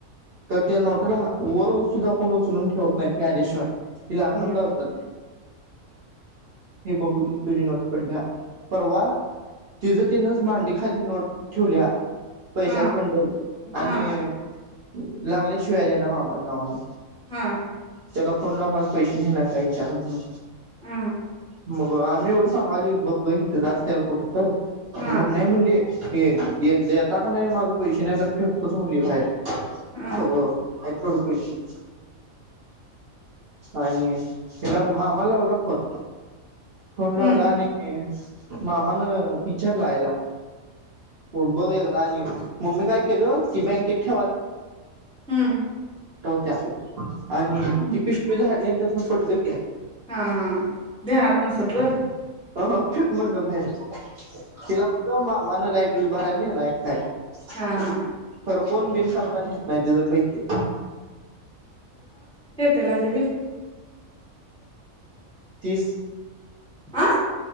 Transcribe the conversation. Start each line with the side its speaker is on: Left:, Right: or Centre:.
Right: तर त्या नोटला वर सुद्धा कोण उचलून ठेवत नाही ती आल्याशिवाय तिला आनंद
Centre: हम्म
Right: होत्यात हे बघू तुझी नोट पडल्या परवा तिज तिनंच मांडी खाली नोट ठुल्या पैशाचं
Centre: हा
Right: बंडल आणि
Centre: हा
Right: लागल्या शिव्या द्यायला ल्या मामाच्या नावानं
Centre: हा
Right: तेला फोन लाव माझं पैशे नेलाय काय विचार म्हणून?
Centre: हा हा.
Right: मग आम्ही एवढं सांगालोय बघ गं हि तथंच आसत्याल कुठ तर <unintelligible> हाय
Centre: हा
Right: म्हणली. हे <unintelligible> <unintelligible> नाई माझं पैशे <unintelligible> नाई तर फेकतोच म्हणली बाहेर
Centre: हा
Right: सगळं हाईत तेवढं पैशे <inaudible> आणि त्याला मामाला लावला फोन. फोन लावला
Centre: हम्म
Right: आणि मामानं इचारलं आईला हो बघ एकदा आणि म मी काय केलं की ती बँक <inaudible>
Centre: हम्म
Right: त्या आणि
Centre: हम्म
Right: ती पिशवी झाडली आणि त्यात नोट पडली.
Centre: हा हा ध्यानात नसल रं.
Right: ह ह फेक म्हनलं बाहेर. तिला फक्त मामाला <unintelligible> बिल भरायला नेलाय. <unintelligible>
Centre: हा हा
Right: खर कोण बिन <unintelligible> नाही तच्या पैकी.
Centre: ते लायटबिल
Right: तीस
Centre: आं?